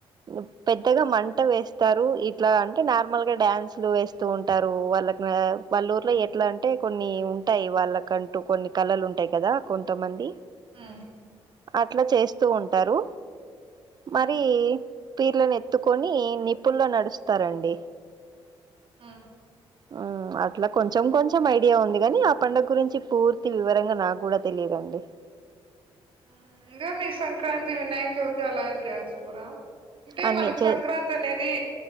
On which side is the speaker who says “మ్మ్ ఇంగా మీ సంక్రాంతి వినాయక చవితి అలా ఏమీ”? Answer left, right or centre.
Right